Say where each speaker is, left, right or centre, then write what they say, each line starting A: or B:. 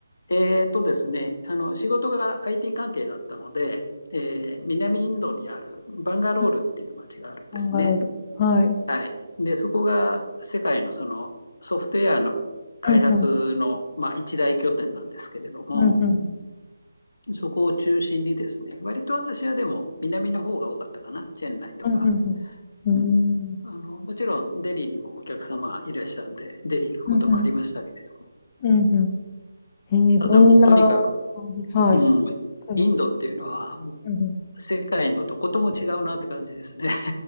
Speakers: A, on the left; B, on the left.
A: えーとですね、あの、仕事が IT 関係だったので、えー南インドにあるバンガロールっていう街があるんですね。
B: うんバンガロール。はい。うん
A: はい。で、そこが世界のそのソフトウェアの開発の、
B: うん。
A: まあ、一大拠点なんですけれども、
B: うんうん。
A: そこを中心にですね、割と私はでも南の方が多かったかな、チェンナイとか。
B: うんうんうん。うーん。
A: うん。あの、もちろんデリーにもお客様いらっしゃるんで、デリー行くこともありましたけれども、
B: うんうん。うんうんえー、
A: ただもうとにかく、
B: どんな感じはい。
A: うん、
B: うん。
A: インドっていうのはも
B: うんうん
A: う世界のどことも違うなって感じですね。